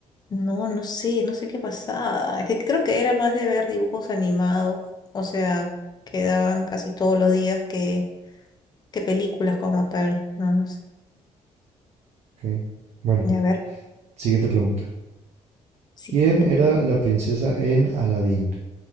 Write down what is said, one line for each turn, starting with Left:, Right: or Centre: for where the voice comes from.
Left: No, no sé, no sé qué pasaba. Que creo que era más de ver dibujos animados, o sea, que daban casi todos los días que, que películas como tal. No, no sé.
Right: ok. Bueno,
Left: Y a ver,
Right: siguiente pregunta.
Left: siguiente
Right: ¿Quién
Left: pregunta.
Right: era la princesa en Aladdin?